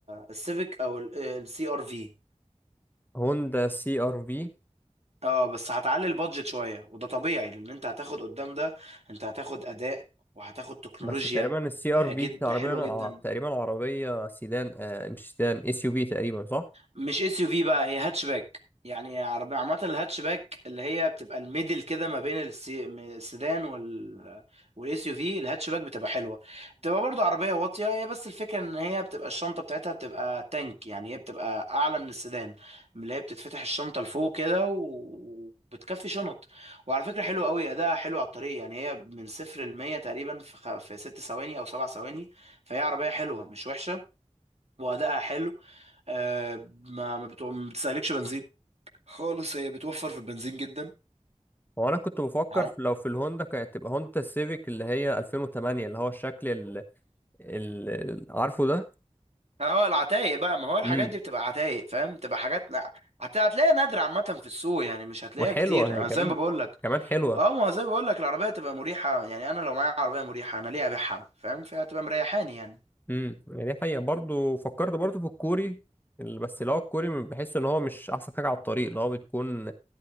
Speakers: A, on the right; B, on the left.
A: السيفيك او السي ار في
B: هوندا سي ار في
A: اه بس هتعلي البادجت شويه وده طبيعي لان انت هتاخد قدام ده انت هتاخد اداء وهتاخد تكنولوجيا
B: بس تقريبا السي
A: آه،
B: ار في
A: جد
B: دي عربية
A: حلوه
B: أنا
A: جدا
B: ع- تقريبا عربية سيدان آه مش سيدان اس يو في تقريبا صح
A: مش اس يو في بقى هي هاتشباك يعني عربية عامة الهاتشباك اللي هي بتبقى الميدل كده ما بين السي- م- السيدان وال والاس يو في الهاتشباك بتبقى حلوة بتبقى برضو عربية واطية هي بس الفكرة ان هي بتبقى الشنطة بتاعتها بتبقى تانك يعني هي بتبقى اعلى من السيدان اللي هي بتتفتح الشنطة لفوق كده و- وبتكفي شنط وعلى فكرة حلوة قوي اداها حلو على الطريق يعني هي من صفر لمية تقريبا في خ... في ست ثواني او سبع ثواني فهي عربية حلوة مش وحشة وادائها حلو آه ما ما, بتو... ما بتستهلكش بنزين خالص هي بتوفر في البنزين جدا
B: هو انا كنت بفكر
A: عم-
B: في لو في الهوندا كانت تبقى هوندا السيفيك اللي هي 2008 اللي هو الشكل اللي, اللي عارفه ده
A: اه العتايق بقى ما هو الحاجات
B: امم
A: دي بتبقى عتايق فاهم بتبقى حاجات لا هت- هتلاقيها نادرة عامة في السوق يعني مش هتلاقيها
B: وحلوه
A: كتير
B: هي
A: انا
B: كمان
A: زي ما بقول لك
B: كمان حلوه
A: اه ما هو زي ما بقول لك العربية تبقى مريحة يعني انا لو معايا عربية مريحة انا ليه ابيعها فاهم فهتبقى مريحاني يعني
B: امم يعني دي حقيقه برضو فكرت برضو في الكوري ال- بس اللي هو الكوري بحس ان هو مش احسن حاجه على الطريق اللي هو بتكون